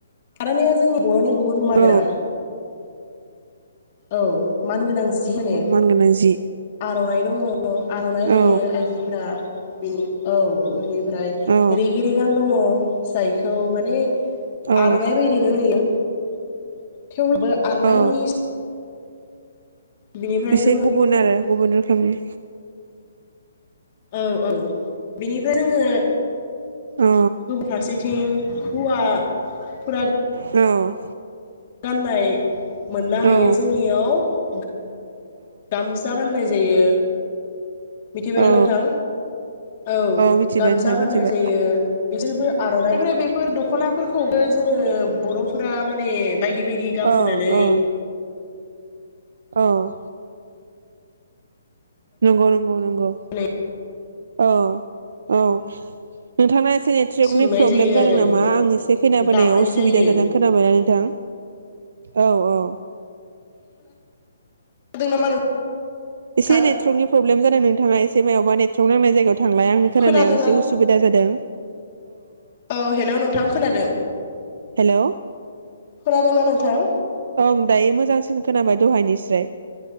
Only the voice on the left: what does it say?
आर'नाइया जोंनि बर'नि बुहुत मानगोनां।
औ मानगोनां जि होनो।
आर'नाइ दङ' आर'नाइ लायो
आइजोफोरा बेनि औ इनिफ्राय
रिगि रिगां दङ' फिसाइखौ माने
आर'नाइ बायदिनो नुयो <unintelligible> आरनाइनि
बिनिफ्राय
जोङो
औ औ बेनिफ्राय जोङो
गुबुन फारसेथिं हुवा फोरा
गाननाय मोननो हायो
जोंनियाव गाम'सा गाननाय जायो मिथिबायना
नोंथां औ
गामसा
गाननाय
जायो बिसोरबो आर'नाइ ओमफ्राय बेफोर दख'नाफोरखौबो जोङो बर'फोरा माने बायदि बायदि गाब
फोनानै
माने
सोंनाय
जायो
आरो
दानाय
जायो
दों नामा नोंथां
खोनादोंना
औ हेल' नोंथां खोनादों
खोनादोंना नोंथां थां